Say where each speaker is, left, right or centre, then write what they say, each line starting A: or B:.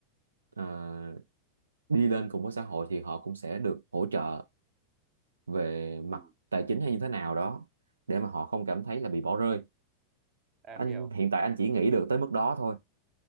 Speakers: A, on the right; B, on the right.
A: ờ, đi lên cùng với xã hội thì họ cũng sẽ được hỗ trợ về mặt
B: ừ.
A: tài chính hay như thế nào đó để mà họ không cảm thấy là bị bỏ rơi
B: Em
A: anh
B: hiểu.
A: hiện tại anh chỉ nghĩ được tới mức đó thôi